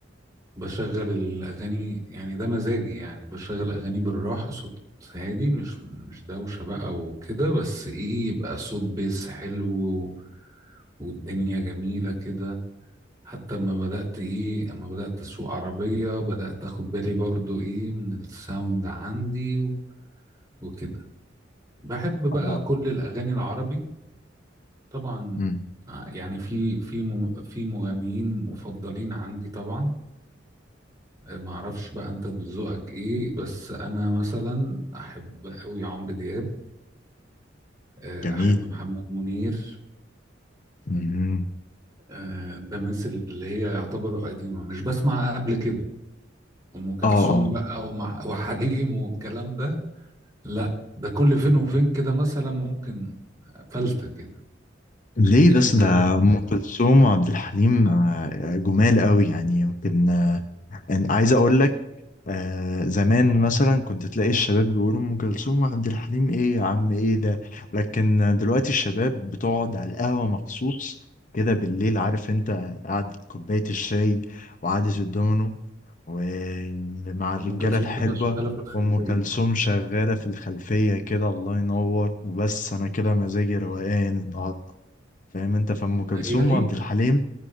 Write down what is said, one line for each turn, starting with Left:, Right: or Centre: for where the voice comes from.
Right: بشغل الاغاني يعني ده مزاجي يعني بشغل اغاني بالراحة صوت هادي مش مش دوشة بقى وكده بس ايه يبقى صوت بيز حلو والدنيا جميلة كده حتى اما بدأت ايه اما بدأت اسوق عربية بدأت اخد بالي برضو ايه من الساوند عندي و- وكده بحب بقى
Left: الله
Right: كل الاغاني العربي طبعا
Left: مم.
Right: آه، يعني في في مم- في مغنيين مفضلين عندي طبعا آه، ما اعرفش بقى انت ذوقك ايه بس انا مثلا احب قوي عمرو دياب آه،
Left: جميل
Right: احب محمد منير
Left: مم.
Right: آه، ده الناس اللي هي يعتبروا قديمة مش بسمع قبل كده ام كلثوم
Left: آه آه
Right: بقى ومع- وحليم والكلام ده لا ده كل فين وفين كده مثلا ممكن فلتة كده
Left: ليه بس
Right: انت
Left: ده أم كلثوم وعبد الحليم آه، جمال قوي يعني يمكن آه، أنا عايز أقول لك آه زمان مثلا كنت تلاقي الشباب بيقولوا أم كلثوم وعبد الحليم إيه يا عم إيه ده لكن
Right: مم.
Left: دلوقتي الشباب بتقعد على القهوة مخصوص كده بالليل عارف أنت قعدة كوباية الشاي وقعدة الدومينو ومع
Right: ام
Left: الرجالة
Right: كلثوم
Left: الحلوة
Right: تبقى شغالة في الخلفية
Left: وأم كلثوم شغالة في الخلفية كده الله ينور وبس أنا كده مزاجي روقان النهاردة فاهم أنت فأم كلثوم
Right: هي ليها
Left: وعبد الحليم